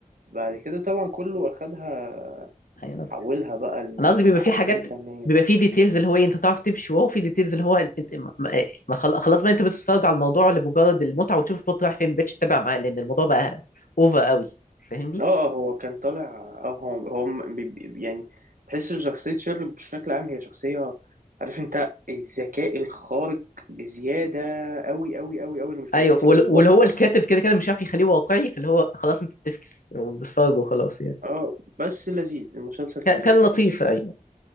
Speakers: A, on the right; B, on the left.
A: بعد كده طبعا كله اخدها
B: ايوه انا
A: حولها
B: قصدي
A: بقى لاعمال
B: أنا قصدي بيبقى في حاجات
A: فنيه
B: بيبقى في ديتيلز اللي هو إيه، انت تعرف تمشي وهو في ديتيلز اللي هو انت أنت- ما- ما- ما خل- خلاص بقى انت بتتفرج على الموضوع لمجرد المتعه وتشوف البوت رايح فين ما بقتش تتابع معاه لان الموضوع بقى اوفر قوي فاهمني
A: اه اه هو كان طالع اه هو هو م- بي- بي- يعني تحس ان شخصية شيرلوك بشكل عام هي شخصية عارف انت الذكاء الخارق بزيادة أوي أوي أوي أوي اللي مش
B: ايوه
A: موجود في
B: وال-
A: الواقع
B: واللي هو الكاتب
A: أصلا
B: كده كده مش عارف يخليه واقعي فاللي هو خلاص انت بتفكس وبتتفرج وخلاص يعني
A: اه بس لذيذ المسلسل كان
B: كان كان
A: لذيذ
B: لطيف
A: أوي
B: ايوه